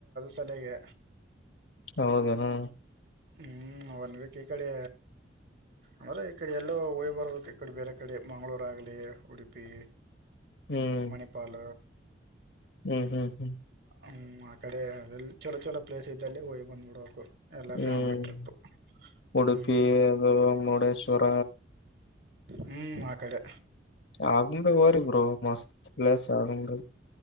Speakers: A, on the right; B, on the left.
A: ತಲೆಗೆ
B: ಹೌದನಾ
A: ಹ್ಮ್ ಒನ್ ವೀಕ್ ಈ ಕಡೆ ಅಂದ್ರೆ ಈ ಕಡೆ ಎಲ್ಲೋ ಹೊಯ್ ಬರ್ಬೇಕು ಈ ಕಡೆ ಬೇರೆ ಕಡೆ ಮಂಗ್ಳೂರ್ ಆಗ್ಲಿ ಉಡುಪಿ
B: ಹ್ಮ್
A: ಮಣಿಪಾಲ
B: ಹ್ಮ್ ಹ್ಮ್ ಹ್ಮ್
A: ಹ್ಮ್ ಆ ಕಡೆ ಅ ಚಲ ಚಲೋ ಪ್ಲೇಸ್ ಇದ್ದಲ್ಲಿ ಹೋಯ್ ಬಂದ್ ಬಿಡ್ಬೇಕು. ಎಲ್ಲಾ
B: ಹ್ಮ್
A: ಫ್ಯಾಮಿಲಿ ಟ್ರಿಪ್
B: ಉಡುಪಿ
A: ಹ್ಮ್
B: ಅದು ಮುರುಡೇಶ್ವರ
A: ಹ್ಮ್ ಆ ಕಡೆ
B: ಆಗುಂಬೆ ಹೋರಿ <unintelligible> ಪ್ಲಸ್ ಆಗಂಗ